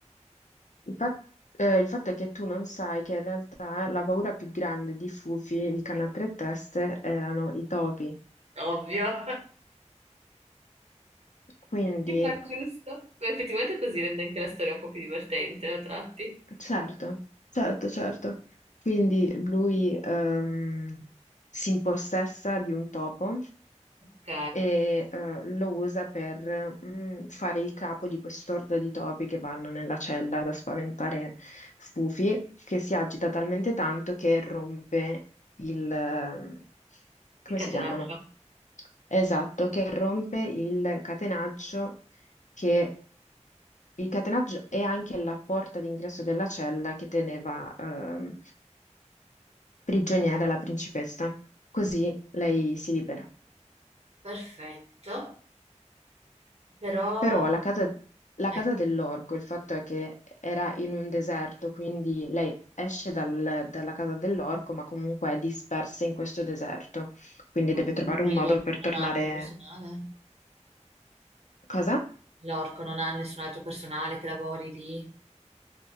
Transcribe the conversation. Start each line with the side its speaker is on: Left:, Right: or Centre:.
Left: Il fa- eh, il fatto è che tu non sai che in realtà la paura più grande di Fufi, il cane a tre teste, erano i topi.
Right: Ovvio, <laughs>
Left: Quindi
Right: mi fa giusto. Ma effettivamente così rende anche la storia un po' più divertente a tratti.
Left: Certo, certo, certo. Quindi lui ehm, si impossessa di un topo
Right: Ok,
Left: e eh, lo usa per mm, fare il capo di quest'orda di topi che vanno nella cella da spaventare Fufi, che si agita talmente tanto che rompe il... ehm, come
Right: il catenaccio.
Left: si chiamano? Esatto, che rompe il catenaccio che il catenaggio è anche la porta d'ingresso della cella che teneva ehm, prigioniera la principessa, così lei si libera.
Right: Perfetto, però
Left: Però la casa, la
Right: ecco,
Left: casa dell'orco, il fatto è che era in un deserto, quindi lei esce dal- dalla casa dell'orco, ma comunque è dispersa in questo deserto, quindi
Right: ma
Left: deve trovare
Right: quindi
Left: un modo
Right: l'orco
Left: per
Right: non
Left: tornare.
Right: ha altro personale?
Left: Cosa?
Right: L'orco non ha nessun altro personale che lavori lì